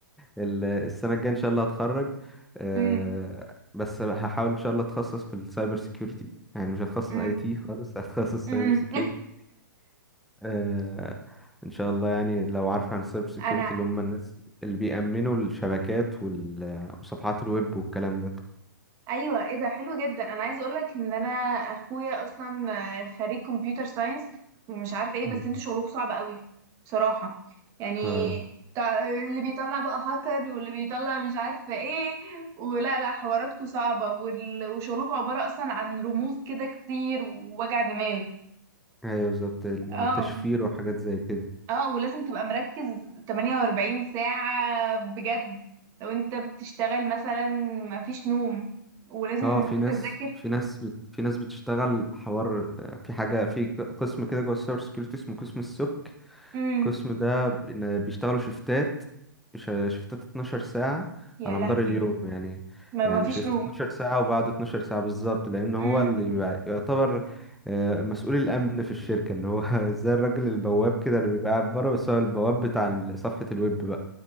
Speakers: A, in the centre; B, on the right (about 25°).
A: ال- السنه الجايه ان شاء الله هتخرج آه،
B: امم
A: بس هحاول ان شاء الله اتخصص في السايبر سيكيورتي يعني مش هتخصص
B: امم
A: اي تي خالص <laughs> هتخصص
B: امم
A: سايبر سيكيورتي
B: <laughs>
A: آه، ان شاء الله يعني لو عارف عن السايبر سيكيورتي
B: انا
A: اللي هم الناس اللي بيأمنوا الشبكات وال- وصفحات الويب والكلام ده
B: ايوه ايه ده حلو جدا انا عايزه اقولك ان انا اخويا اصلا آه، خريج كمبيوتر ساينس ومش عارفه ايه
A: مم.
B: بس انتوا شغلكم صعب قوي بصراحه يعني
A: اه
B: تع- اللي بيطلع بقى هاكر واللي بيطلع مش عارفه ايه ولا لا حواراتكم صعبه وال- وشغلكم عباره اصلا عن رموز كده كتير ووجع دماغ
A: ايوه بالظبط التشفير
B: اه
A: وحاجات زي كده
B: اه ولازم تبقى مركز 48 ساعه بجد لو انت بتشتغل مثلا مفيش نوم ولازم
A: اه
B: ان
A: في ناس
B: انت تذاكر
A: في ناس بت... في ناس بتشتغل حوار آه، في حاجه في ق- قسم كده جوه السايبر سكيورتي اسمه قسم السك
B: مم.
A: القسم ده ب- إن بيشتغلوا شيفتات ش- شيفتات 12 ساعه
B: يا
A: على
B: لهوي
A: مدار اليوم يعني
B: ما
A: يعني
B: ما فيش
A: شيفت
B: نوم
A: 12 ساعه وبعد 12 ساعه بالظبط لان هو
B: امم
A: اللي بيبقى- يعتبر آه، مسؤول الامن في الشركه اللي هو <laughs> زي الراجل البواب كده اللي بيبقى قاعد بره بس هو البواب بتاع ال- صفحه الويب